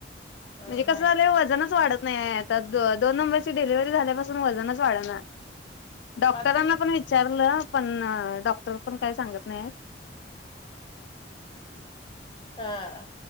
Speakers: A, on the left; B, on the left.
A: नाही
B: म्हणजे कस झालय वजनच वाढत नाही आता दो दोन नंबरची डिलिव्हरी झाल्यापासून वजनच वाढणा डॉक्टरांना
A: म आता कि हा
B: पण विचारल पण डॉक्टर पण काय सांगत नायेत
A: हा